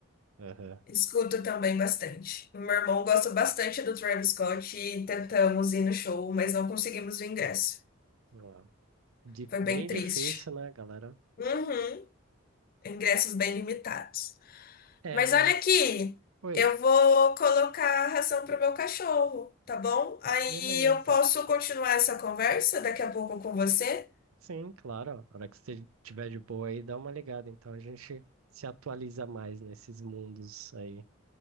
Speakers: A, on the right; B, on the left.
A: Aham.
B: Escuto também bastante. O Meu irmão gosta bastante do Travis Scott e tentamos ir no show, mas não conseguimos o ingresso.
A: Lá. Di-
B: Foi
A: Bem
B: bem triste.
A: difícil, né, galera?
B: Uhum. Ingressos bem limitados.
A: É,
B: Mas
A: mas
B: olha aqui,
A: oi
B: eu vou colocar a ração pro meu cachorro, tá bom? Aí
A: Beleza.
B: eu posso continuar essa conversa daqui a pouco com você?
A: Sim, claro. ó. A hora que você tiver de boa aí, dá uma ligada. Então a gente se atualiza mais nesses mundos aí.